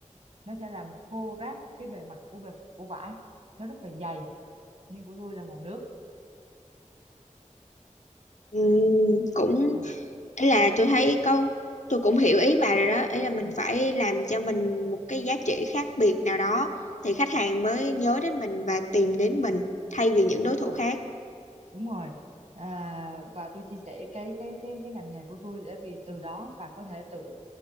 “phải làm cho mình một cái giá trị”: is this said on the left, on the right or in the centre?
Left